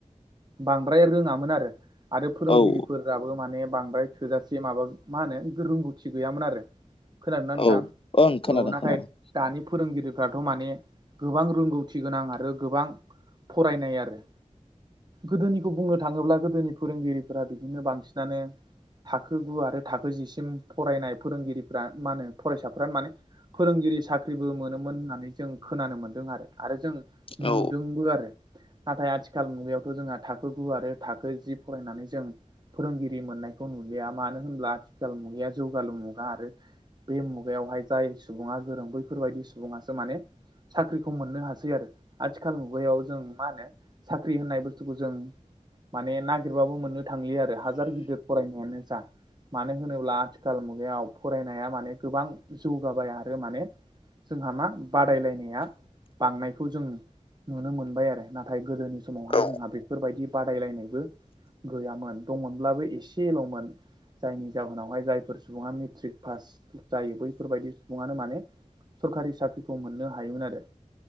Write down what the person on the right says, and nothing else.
बांद्राय रोङामोन आरो आरो फोरोंगिरिफोराबो
माने बांद्राय थोजासे माबा मा होनो रोंगौथि गैयामोन आरो खोनादों ना नोंथां
औ नाथाय
दानि फोरोंगिरिफ्राथ माने गोबां रोंगौथि गोनां आरो गोबां फरायनाय आरो गोदोनिखौ बुंनो थाङोब्ला गोदोनि फोरोंगिरिफोरा बि दिनो बांसिनानो थाखो गु आरो थाखो जिसिम फरायनाय फोरोंगिरिफ्रा मा होनो फरायसाफोरानो माने फोरोंगिरि साख्रिबो मोनोमोन होननानै जों खोनानो मोन्दों आरो आरो जों
नुदोंबो आरो नाथाय आथिखाल मुगायावथ जोंहा थाखो गु आरो थाखो जि फरायनानै जों फोरोंगिरि मोननायखौ नुलिया मानो होनब्ला आथिखाल मुगाया जौगालु मुगा आरो बे मुगायावहाय जाय सुबुङा गोरों बैफोरबायदि सुबुङासो माने साख्रिखौ मोननो हासै आरो आथिखाल मुगायाव जों मा होनो साख्रि होननाय बुसथुखौ जों माने नागिरबाबो मोननो थांलिया आरो हाजार गिदिर फरायनायानो जा मानो होनोब्ला आथिखाल मुगायाव फरायनाया माने गोबां जौगाबाय आरो माने जोंहा मा बादायलायनाया बांनायखौ जों नुनो मोनबाय आरो नाथाय गोदोनि समावहाय
जोंहा बेफोरबायदि बादायलायनायबो गैयामोन दंमोनब्लाबो एसेलमोन जायनि जाहोनावहाय जायफोर सुबुङा मेट्रिक पास जायो बैफोरबायदि सुबुङानो माने सोरखारि साख्रिखौ मोननो हायोमोन आरो